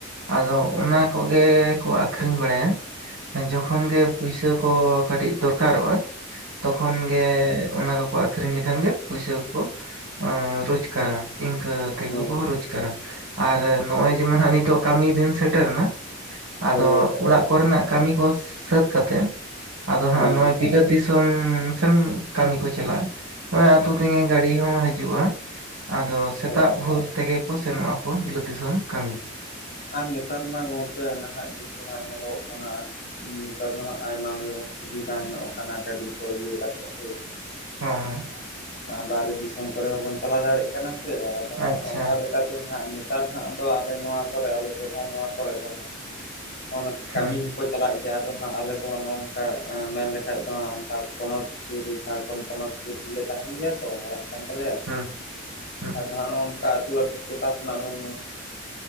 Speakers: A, on the right; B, on the left.
A: ᱟᱫᱚ
B: ᱦᱩᱸ
A: ᱚᱱᱟᱼᱼ ᱠᱚᱜᱮ ᱠᱚ ᱟᱠᱷᱨᱤᱧ ᱵᱟᱲᱟᱭᱟ ᱾ ᱡᱚᱠᱷᱚᱱ ᱜᱮ ᱯᱩᱭᱥᱟᱹ <inaudible> ᱠᱚ ᱠᱟᱹᱴᱤᱡ ᱫᱚᱨᱠᱟᱨᱚᱜᱼᱟ, ᱛᱚᱠᱷᱚᱱ ᱜᱮ ᱚᱱᱟ ᱠᱚᱠᱚᱼᱼ ᱟᱠᱷᱨᱤᱧ ᱞᱮᱠᱷᱟᱱ ᱜᱮ ᱯᱩᱭᱥᱟᱹ ᱠᱚᱠᱚ ᱨᱳᱡᱽᱜᱟᱨᱼᱟ ᱤᱱᱝᱠ ᱛᱮᱜᱮ
B: ᱦᱩᱸ ᱦᱳᱭ
A: ᱠᱚ ᱨᱳᱡᱽᱜᱟᱨᱟ ᱾ ᱟᱨ ᱱᱚᱜᱼᱚᱭ ᱡᱮᱢᱚᱱ ᱦᱟᱸᱜ ᱱᱤᱛᱚᱜ ᱠᱟᱹᱢᱤ ᱫᱤᱱ ᱥᱮᱴᱮᱨᱱᱟ,
B: ᱦᱳᱭ
A: ᱟᱫᱚ ᱚᱲᱟᱜ ᱠᱚᱨᱮᱱᱟᱜᱼᱼ ᱠᱟᱹᱢᱤ ᱠᱚ ᱥᱟᱹᱛ ᱠᱟᱛᱮ, ᱟᱫᱚ ᱦᱟᱸᱜ
B: ᱦᱮᱸ
A: ᱱᱚᱜᱼᱚᱭ ᱵᱤᱞᱟᱹᱛ ᱫᱤᱥᱚᱢᱼᱼ ᱥᱮᱱ ᱠᱟᱹᱢᱤ ᱠᱚ ᱪᱟᱞᱟᱜᱼᱟ ᱾ ᱱᱚᱜᱼᱚᱭ ᱟᱛᱩ ᱛᱮᱜᱮ ᱜᱟᱹᱰᱤ ᱦᱚᱸ ᱦᱤᱡᱩᱜᱼᱟ ᱟᱫᱚᱼᱼ ᱥᱮᱛᱟᱜ
B: ᱦᱳᱭ
A: ᱵᱷᱩᱨ ᱛᱮᱜᱮ ᱠᱚ ᱥᱮᱱᱚᱜ ᱟᱠᱚ ᱵᱤᱞᱟᱹᱛ ᱫᱤᱥᱚᱢ ᱠᱟᱹᱢᱤ ᱾
B: ᱟᱨ ᱱᱮᱛᱟᱨ ᱢᱟ ᱜᱚᱝᱠᱮ ᱱᱟᱦᱟᱜ ᱡᱩᱜᱽ ᱨᱮᱢᱟ ᱧᱮᱞᱚᱜᱚᱜ ᱠᱟᱱᱟ ᱟᱨᱼᱼ ᱱᱮᱛᱟᱨ ᱫᱚ ᱦᱟᱸᱜ ᱟᱭᱢᱟ ᱜᱮᱵᱚᱱ ᱥᱩᱵᱤᱫᱟ ᱧᱚᱜ ᱟᱠᱟᱱᱟ ᱜᱟᱹᱰᱤ ᱠᱚ ᱤᱭᱟᱹ ᱠᱟᱛᱮᱜ ᱦᱳᱭ ᱥᱮ ᱾
A: ᱦᱩᱸ ᱦᱩᱸ
B: ᱵᱟᱦᱨᱮ ᱫᱤᱥᱚᱢ ᱠᱚᱨᱮ ᱦᱚᱸᱵᱚᱱ ᱪᱟᱞᱟᱣ ᱫᱟᱲᱮᱭᱟᱜ ᱠᱟᱱᱟ ᱥᱮ ᱟᱫᱚ ᱦᱟᱸᱜ
A: ᱟᱪᱪᱷᱟ
B: ᱚᱱᱠᱟ ᱞᱮᱼᱼ ᱟᱱᱠᱟᱛᱮ ᱦᱟᱸᱜ ᱱᱮᱛᱟᱨ ᱦᱟᱜ ᱫᱚ ᱟᱞᱮ ᱱᱚᱣᱟ ᱠᱚᱨᱮ ᱟᱞᱮ ᱴᱚᱴᱷᱟ ᱱᱚᱣᱟ ᱠᱚᱨᱮ ᱫᱚ ᱦᱟᱸᱜᱼᱼ ᱚᱱᱠᱟ <unintelligible>
A: ᱦᱮᱸ
B: ᱠᱟᱹᱢᱤ ᱠᱚ ᱪᱟᱞᱟᱜ ᱜᱮᱭᱟ ᱟᱫᱚ ᱦᱟᱸᱜ ᱟᱞᱮᱫᱚ ᱱᱚᱜᱼᱚ ᱱᱚᱝᱠᱟ ᱢᱮᱱ ᱞᱮᱠᱷᱟᱡ ᱫᱚ ᱦᱟᱜ ᱚᱱᱠᱟ ᱯᱚᱱᱚᱥ ᱥᱩᱨ ᱨᱮ ᱡᱷᱟᱲᱠᱷᱚᱱᱰ ᱯᱚᱱᱚᱥ ᱥᱩᱨ ᱨᱮ <unintelligible> ᱛᱟᱦᱮᱱ ᱜᱮᱭᱟ ᱛᱚ ᱚᱲᱟᱜ ᱠᱟᱱ ᱛᱟᱞᱮᱭᱟ,
A: ᱦᱮᱸ ᱦᱮᱸ
B: ᱟᱫᱚ ᱦᱟᱜ ᱱᱚᱜᱼᱚ ᱱᱚᱝᱠᱟᱼᱼ ᱟᱹᱛᱩ ᱟᱹᱛᱩ ᱴᱚᱴᱷᱟ ᱠᱷᱚᱱᱟᱜ <unintelligible>